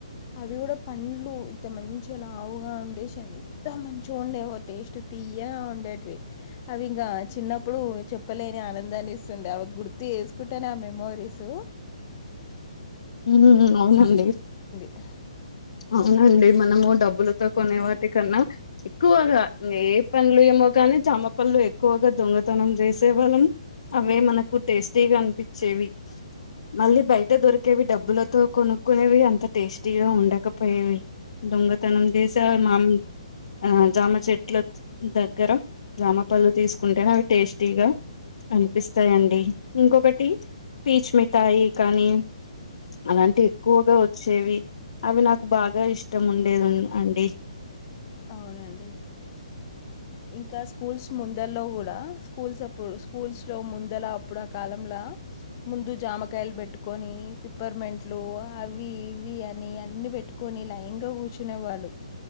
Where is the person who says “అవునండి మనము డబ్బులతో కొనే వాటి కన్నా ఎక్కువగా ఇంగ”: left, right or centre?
Left